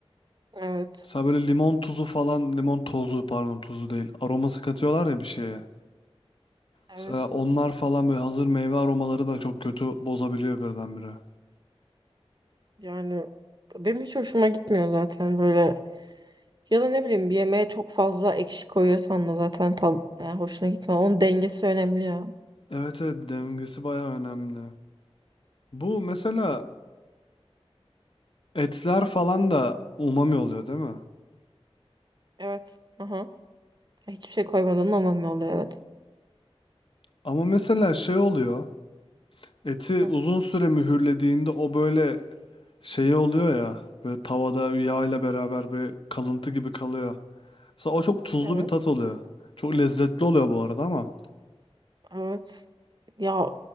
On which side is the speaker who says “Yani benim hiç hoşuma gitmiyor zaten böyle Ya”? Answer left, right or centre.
Right